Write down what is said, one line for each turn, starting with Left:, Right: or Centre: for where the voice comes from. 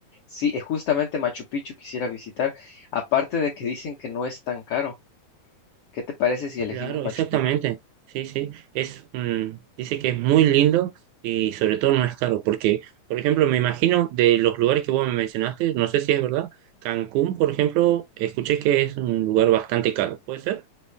Left: Sí, es justamente Machu Picchu quisiera visitar, aparte de que dicen que no es tan caro. ¿Qué te parece si elegimos
Right: Claro,
Left: Machu
Right: exactamente.
Left: Picchu?
Right: Sí, sí. Es un- dice que es muy lindo y sobre todo no es caro, porque, por ejemplo, me imagino de los lugares que vos me mencionaste, no sé si es verdad, Cancún, por ejemplo, escuché que es un lugar bastante caro. ¿Puede ser?